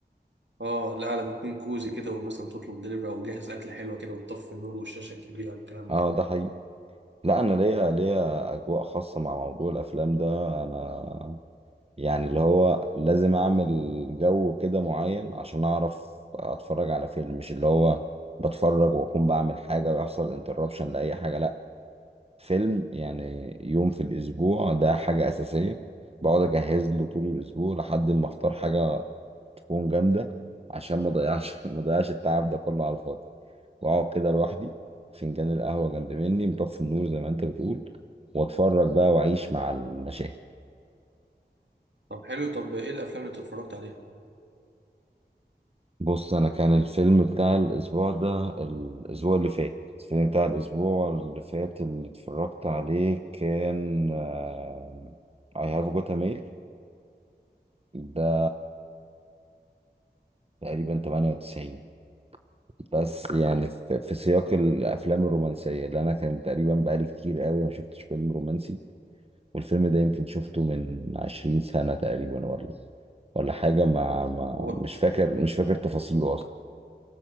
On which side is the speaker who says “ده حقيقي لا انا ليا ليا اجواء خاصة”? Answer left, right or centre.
Right